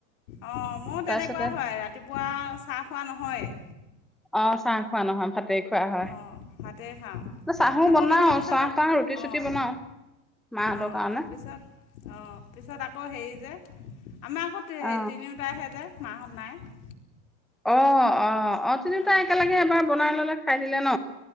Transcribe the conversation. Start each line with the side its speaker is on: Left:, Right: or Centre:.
Left: অঁ মোৰ তেনেকুৱা
Centre: তাৰপিছতে
Left: হয় ৰাতিপুৱা চাহ খোৱা নহয়।
Centre: অ চাহ খোৱা নহয় ভাতে খোৱা। হয়
Left: অঁ ভাতেই খাওঁ
Centre: চাহো
Left: আকৌ
Centre: বনাও
Left: নহ'লে পিছত
Centre: চাহ তাহ ৰুটি
Left: অঁ
Centre: চুটি বনাও। মাহঁতৰ
Left: অঁ
Centre: কাৰণে
Left: পিছত অঁ পিছত আকৌ হেৰি যে আমাৰ আকৌ
Centre: অ
Left: স তিনিওটাইহে যে মা'হত নাই।
Centre: অ অ অ তিনি তাই
Left: অঁ
Centre: একেলগে এবাৰ বনাই ললে খাই দিলে ন।